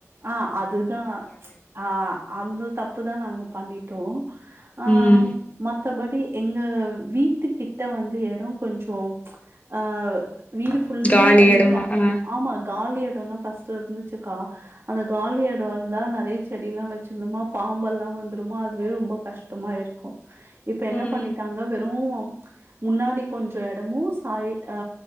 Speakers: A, on the right; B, on the left.
A: ஆ அதுதா ஆ அந்த தப்பு ப்புதா நாங்க பண்ணிட்டோ ஆ
B: ம்
A: மத்தபடி டி எங்க வீட்டு கிட்ட வந்து எடொ கொஞ்சொ அ வீடு ஃபுல்லா
B: காலி
A: கட்டிட்டே
B: எடமா ஆ
A: ஆமா காலி எடொல்லா ஃபர்ஸ்ட்டு இருந்துச்சுக்கா அந்த காலி எடொ இருந்தா நெறைய செடில்லா வச்சிருந்தோமா பாம்பெல்லா வந்துருமா அதுவே ரொம்ப கஷ்டமா ஆயிருக்கு இப்ப என்ன
B: ம்
A: பண்ணிட்டாங்க வெறு முன்னாடி கொஞ்ச எடமும் சாய் அ